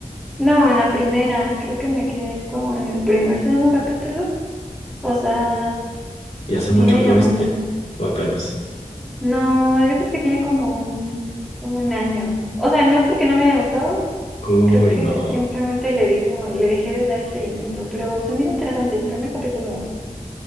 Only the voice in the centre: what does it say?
no, en la primera, creo que me quedé como en el primer, segundo capítulo. O sea,
sí me
llamó
No, yo creo que tiene como un, como un año. O sea, no es porque no me haya gustado,
creo que
simplemente le di como, le dejé de dar el seguimiento, pero se me hizo interesante, el primer capítulo me gustó.